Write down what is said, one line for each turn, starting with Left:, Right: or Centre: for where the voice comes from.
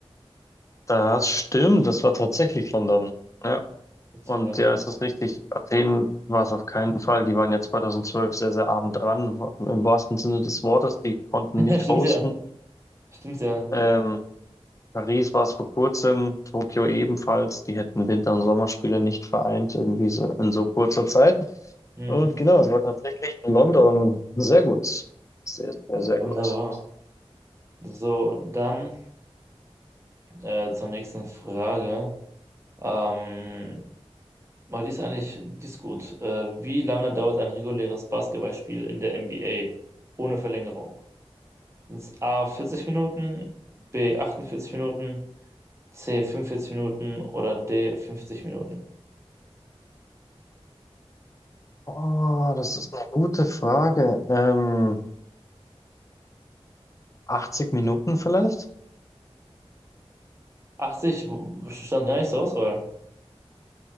Left: Das stimmt, das war tatsächlich London. Ja,
Right: Gott
Left: und
Right: sei Dank.
Left: ja, es ist richtig. Athen war es auf keinen Fall. Die waren ja 2012 sehr, sehr arm dran, wa- im wahrsten Sinne des Wortes. Die konnten
Right: <laughs>
Left: nicht
Right: Stimmt
Left: hosten.
Right: ja, stimmt ja.
Left: Ähm, Paris war es vor kurzem, Tokio ebenfalls. Die hätten Winter- und Sommerspiele nicht vereint, irgendwie so in so kurzer Zeit.
Right: Mhm.
Left: Und genau, es war tatsächlich in London sehr gut. Sehr, sehr, sehr
Right: Wunderbar.
Left: gut.
Right: So, dann äh, zur nächsten Frage. Ähm, oh, die ist eigentlich, die ist gut. Äh, wie lange dauert ein reguläres Basketballspiel in der NBA ohne Verlängerung? Sind A 40 Minuten, B 48 Minuten, C 45 Minuten oder D 50 Minuten?
Left: Oh, das ist eine gute Frage. Ähm, 80 Minuten vielleicht?
Right: 80 stand gar nicht zur Auswahl.